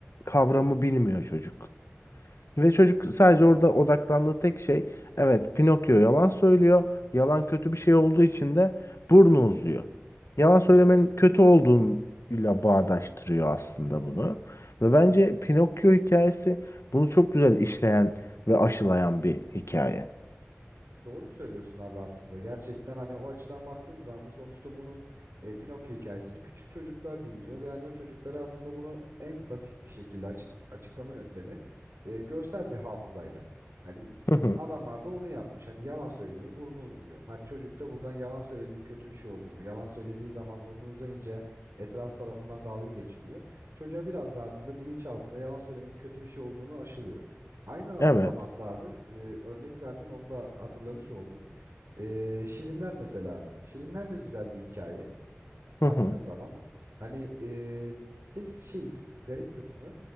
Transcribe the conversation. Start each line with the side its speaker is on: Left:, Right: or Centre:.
Left: kavramı bilmiyor çocuk. Ve çocuk sadece orada odaklandığı tek şey evet Pinokyo yalan söylüyor. Yalan kötü bir şey olduğu için de burnu uzuyor. Yalan söylemenin kötü olduğuyla bağdaştırıyor aslında bunu. Ve bence Pinokyo hikayesi bunu çok güzel işleyen ve aşılayan bir hikaye.
Right: Doğru söylüyorsun abi aslında. Gerçekten hani o açıdan baktığım zaman da sonuçta bunu e, Pinokyo hikayesini küçük çocuklar dinliyor ve hani o çocuklara aslında bunu en basit bir şekilde açık, açıklama yöntemi e, görsel bir hafızayla. Hani
Left: Hı hı.
Right: adamlar da onu yapmış. Hani yalan söylüyor, burnu uzuyor. Hani çocuk da buradan yalan söylediğin kötü bir şey olduğunu, yalan söylediği zaman burnu uzayınca etraf tarafından dalga geçiliyor. Çocuğa biraz da aslında bilinçaltında yalan söylemenin kötü bir şey olduğunu aşılıyor. Aynı an-
Left: Evet.
Right: zamanda abi e, örnek verdin onu da hatırlamış oldum. E, Şirinler mesela abi. Şirinler de güzel bir hikaye
Left: Hı
Right: baktığın
Left: hı.
Right: zaman. Hani e, tek şey garip kısmı